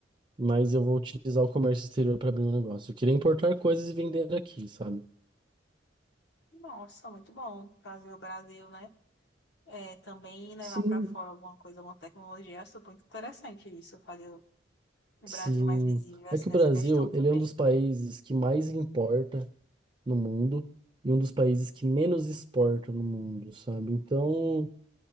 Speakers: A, on the right; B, on the left.
A: Mas eu vou utilizar o comércio exterior para abrir um negócio. Eu queria importar coisas e vender aqui, sabe?
B: Nossa, muito bom. Fazer o Brasil, né? É, também levar
A: Sim,
B: para fora alguma coisa, alguma tecnologia. Eu acho muito interessante isso, fazer o
A: sim.
B: Brasil mais visível, assim,
A: É que o
B: nessa
A: Brasil,
B: questão também.
A: ele é um dos países que mais importa no mundo e um dos países que menos exporta no mundo, sabe? Então,